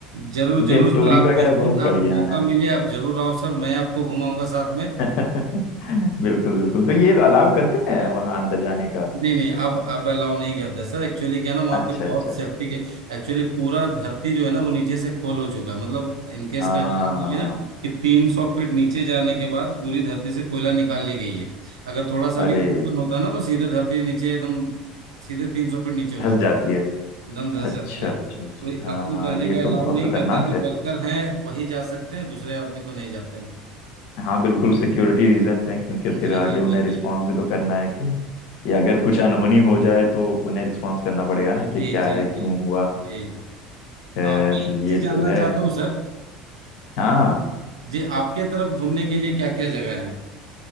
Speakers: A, on the right; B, on the left.
A: जरूर
B: क्योंकि
A: जरूर
B: स्टोरीज
A: सर आप
B: वगैरह
A: जिस दिन
B: बहुत पढ़ी
A: आप
B: है
A: मौका
B: मैंने
A: मिले आप जरूर आओ सर मैं आपको घुमाऊंगा साथ में
B: <laughs> बिल्कुल बिल्कुल तो ये अलाउ करते हैं वहां अंदर जाने का
A: नहीं नहीं अब अब अलाउ नहीं करते सर एक्चुअली क्या है ना वहाँ
B: अच्छा
A: पे बहुत
B: अच्छा अच्छा।
A: सेफ्टी के एक्चुअली पूरा धरती जो है ना वो नीचे से खोल हो चुका है मतलब इनकेस
B: हाँ
A: का ये है ना कि तीन सौ फीट नीचे जाने के बाद पूरी धरती से कोयला निकाल ली गई है अगर थोड़ा सा
B: अरे
A: भी कंपन होता है ना तो सीधे धरती नीचे एकदम सीधे तीन सौ फीट नीचे हो
B: धस
A: जाती
B: जाती
A: एकदम
B: अच्छा
A: धस जाती है
B: अच्छा अच्छा अच्छा।
A: तो
B: हाँ
A: अब तो जाने
B: ये
A: का
B: तो
A: अलाउ
B: बहुत
A: नहीं
B: खतरनाक
A: करता जो
B: है
A: वर्कर हैं वही जा सकते हैं दूसरे आदमी तो नहीं जाते हैं
B: हाँ बिल्कुल सिक्योरिटी रीजंस हैं क्योंकि
A: जी
B: फिर आगे
A: जी
B: उन्हें
A: जी
B: रिस्पॉन्स
A: जी
B: भी तो करना है कि ये अगर कुछ अनहोनी हो जाए तो उन्हें रिस्पॉन्स करना पड़ेगा ना कि
A: जी
B: क्या
A: जी
B: है क्यों
A: जी
B: हुआ
A: जी
B: खैर
A: और मैं एक
B: ये
A: चीज जानना
B: तो है
A: चाहता हूँ सर
B: हाँ
A: जी आपके तरफ घूमने के लिए क्या क्या जगह है